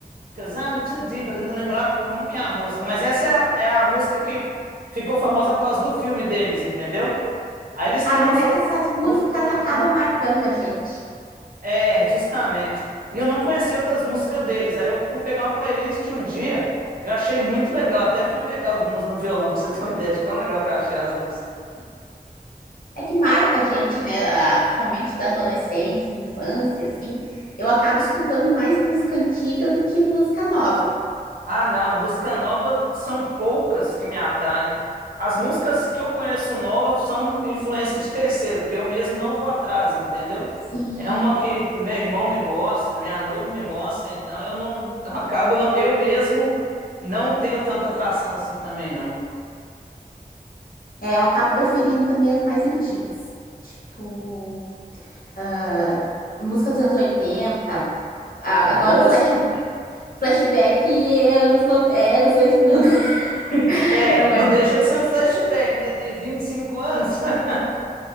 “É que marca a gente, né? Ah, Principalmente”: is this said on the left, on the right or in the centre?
Left